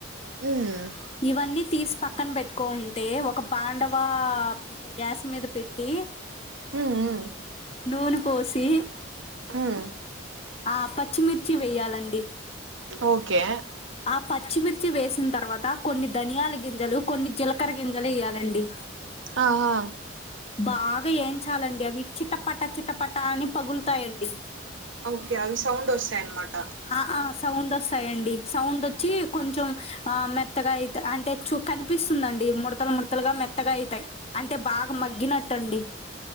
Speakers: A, on the right; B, on the left.
A: ఉం
B: ఇవన్నీ తీస్ పక్కన పెట్టుకో ఉంటే ఒక బాండవాప్ గ్యాస్ మీద పెట్టీ
A: ఉమ్ ఉమ్
B: నూన పోసీ
A: హుమ్
B: ఆ పచ్చిమిర్చి వెయ్యాలండి
A: ఓకే
B: ఆ పచ్చిమిర్చి వేసిన్ తర్వాత కొన్ని ధనియాల గింజలు కొన్ని జీలకర గింజలు ఎ య్యాలండి
A: ఆహా
B: బాగా ఏంచాలండి అవి చిట్టపట్టా చిట్టపట్టా అని పగుల్తాయండి
A: ఓక్కే అవి సౌండొస్తాయ్ అన్మాట
B: ఆ సౌండ్ వస్తాయండి సౌండ్ వచ్చీ కొంచెం మెత్తగా అయ్ అంటే చూ కనిపిస్తుందండి ముడతల్ ముడతలుగా మెత్తగా ఐతాయ్ అంటే బాగా మగ్గినట్టండి